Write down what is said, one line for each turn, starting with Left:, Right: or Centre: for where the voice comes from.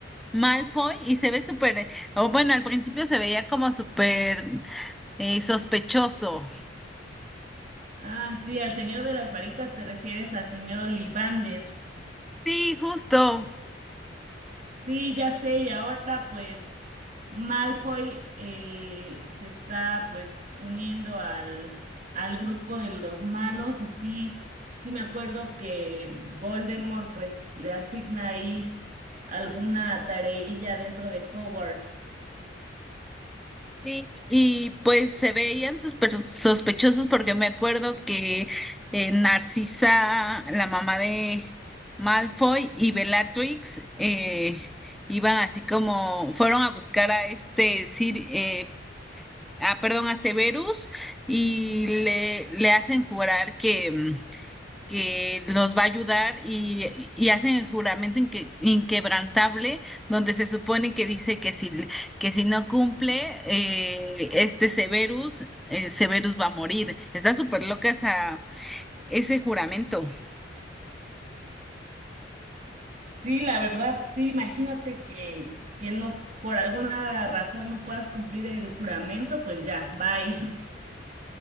Centre: Malfoy y se ve súper, o bueno, al principio se veía como súper eh, sospechoso.
Right: Ah, sí, al señor de las varitas te refieres al señor Ollivander.
Centre: Sí, justo.
Right: Sí, ya sé, y ahora pues Malfoy eh, se está pues uniendo al, al grupo de los malos y sí, sí me acuerdo que Voldemort pues le asigna ahí alguna tareilla dentro de Hogwarts.
Centre: Y, y, pues se veían sospe- sospechosos porque me acuerdo que eh, Narcisa, la mamá de Malfoy y Bellatrix eh, iban así como fueron a buscar a este Sir, eh, ah, perdón, a Severus y le, le hacen jurar que mm, que los va a ayudar y, y hacen el juramento inque- inquebrantable, donde se supone que dice que si, que si no cumple, eh, este Severus, eh, Severus va a morir. Está súper loca esa, ese juramento.
Right: Sí, la verdad, sí, imagínate que, que no, por alguna razón no puedas cumplir el juramento, pues ya, bye. <laughs>